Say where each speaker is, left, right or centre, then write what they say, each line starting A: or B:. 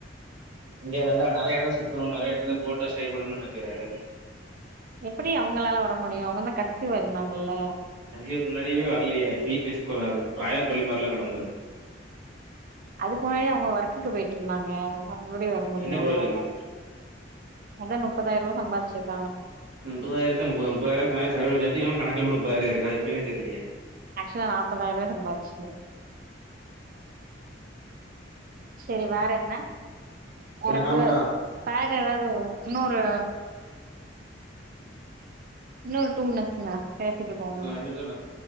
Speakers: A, on the right (about 85°); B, on the right (about 45°).
A: இங்க இதெல்லா நெறைய எடம் சுத்தனும் நெறைய எடம் இல்ல போட்டா ஸ்டே பண்ணும்னு நினைக்கிறாரு
B: எப்படி அவங்களால வர முடியும் அவங்கதான் கான்சிவ்வா இருந்தாங்கள்ல
A: கான்சிவ்கு முன்னாடியுமே வரலையே <unintelligible> ப்ராயர் கோழி மாரிலா கெடந்தது
B: அதுக்கு முன்னாடி அவங்க ஒர்க்குக்கு போயிட்டுருந்தாங்க அப்புப்டி வர முடியும்
A: என்ன பிரயோஜனம்
B: அவங்களால அதனுப் முப்பதாயிருவா சம்பாதிச்சிர்க்கு
A: அந்த முப்பதாயிரத்த முப்பது முப்பதாயிரத்துக்கு மேல செலவழிச்சாசு இன்னும் கணக்குலம முப்பதாயிரம் இருக்கு அது எப்டினெ தெரில இல்லயே
B: ஆக்சுவலா நாப்பதாயிரூவா சம்பாதிச்சது செரி வேற என்ன வேரப்பு
A: சரி நா கெளம்பட்டா
B: பிளான் ஏதாவது இன்னொரு இன்னும் ஒரு டூ மினிட்ஸ்ங்க பேசிட்டு போங்க
A: இன்னொரு ரெண்டு நிமிஷோ